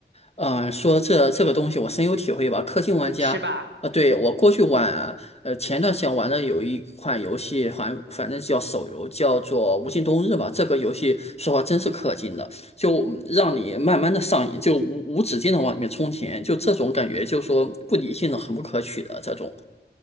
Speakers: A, on the left; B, on the right.
A: 嗯，呃说这这个东西我深有体会吧。氪金玩家，
B: 是吧？
A: 啊，对，
B: 嗯。
A: 我过去玩啊，呃，前段时间玩的有一款游戏，反反正叫手游，叫做《无尽冬日》吧。这个游戏说话真是氪金的，就让你慢慢的上瘾，就无无止境的往里面充钱，就这种感觉，就是说不理性的、很不可取的这种。